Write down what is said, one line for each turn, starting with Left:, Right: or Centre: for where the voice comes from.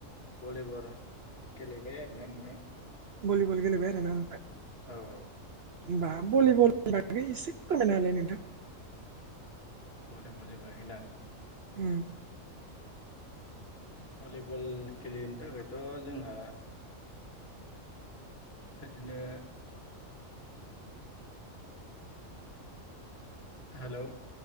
Left: भलिबल गेले बाया आरो ना नोंथां?
Right: बलिबल गेलेबाय आरोना ओमफ्राय।
Left: औ औ।
Right: होमबा बलिबलनि बागै एसे फोरमायना होलाय नोंथां?
Left: बल बल बग ना। <unintelligible>
Right: उम।
Left: भलिबल गेलेनो थाखायथ' जोंहा बिदिनो। हेलौ।